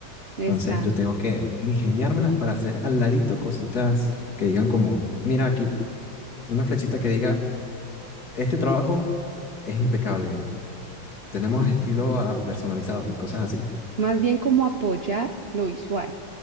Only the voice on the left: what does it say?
Entonces yo tengo que ingeniármelas para hacer al ladito cositas que digan como, mira aquí, una flechita que diga, este trabajo es impecable. Tenemos
estilo ah, personalizado y cosas así